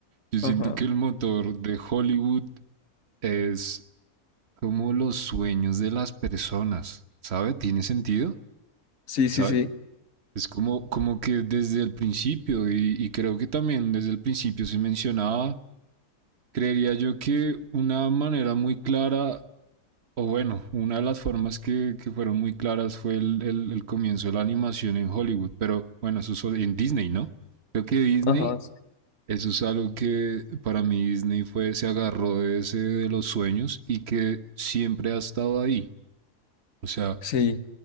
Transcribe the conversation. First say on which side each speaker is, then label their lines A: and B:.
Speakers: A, on the right; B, on the left.
A: yo siento
B: Ajá.
A: que el motor de Hollywood es como los sueños de las personas, ¿sabe? ¿Tiene sentido?
B: Sí, sí,
A: ¿Sabe?
B: sí.
A: Es como, como que desde el principio, y, y creo que también desde el principio se mencionaba, creería yo que una manera muy clara, o bueno, una de las formas que, que fueron muy claras fue el, el, el comienzo de la animación en Hollywood, pero bueno, eso es en Disney, ¿no? Creo que Disney
B: Ajá, sí.
A: eso es algo que para mí Disney fue, se agarró de ese de los sueños y que siempre ha estado ahí. O sea,
B: Sí.